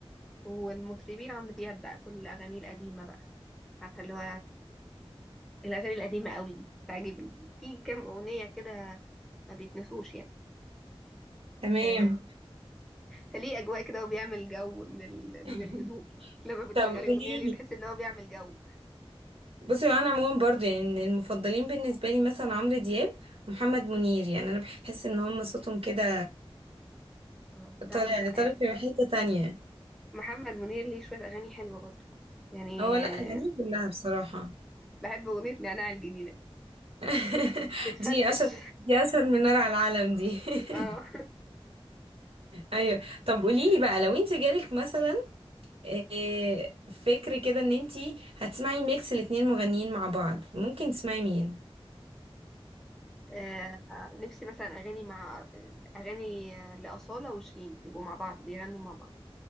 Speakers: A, in the centre; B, on the right.
A: والمطربين عمرو دياب بقى كل أغانيه القديمة بقى عارفة اللي هو الأغاني القديمة قوي دي بتعجبني في كام أغنية كده ما بيتنسوش يعني
B: تمام
A: آه فليه أجواء كده وبيعمل جو من ال...
B: <laughs>
A: من الهدوء لما بتشغلي
B: طب قولي
A: أغنية ليه
B: لي
A: تحس إن هو بيعمل جو
B: بصي انا عموما برضو يعني من المفضلين بالنسبه لي مثلا عمرو دياب ومحمد منير يعني انا بحس ان هم صوتهم كده
A: اه ده
B: طلع
A: عم...
B: طلع
A: آه،
B: في حتة تانية
A: محمد منير ليه شوية أغاني حلوة برضه يعني
B: هو لا أغانيه
A: آه،
B: كلها بصراحة
A: بحب أغنية نعناع الجميلة
B: <laughs>
A: بتفرفش
B: دي أسهل دي أسهل من نار على العالم دي <laughs>
A: <laughs> اه
B: أيوة طب قوليلي بقى لو انت جالك مثلا آه، فكر كده ان انت هتسمعي ميكس الاتنين مغنيين مع بعض ممكن تسمعي مين؟
A: آه، نفسي مثلا أغاني مع آه، أغاني آه، لأصالة وشيرين يبقوا مع بعض بيغنوا مع بعض